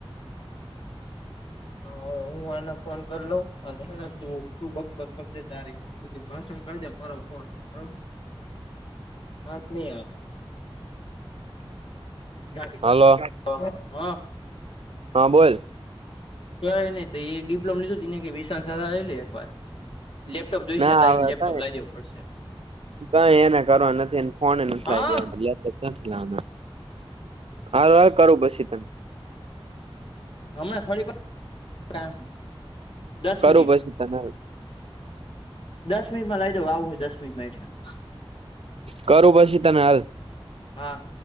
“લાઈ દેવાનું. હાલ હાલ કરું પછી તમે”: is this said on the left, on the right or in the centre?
Right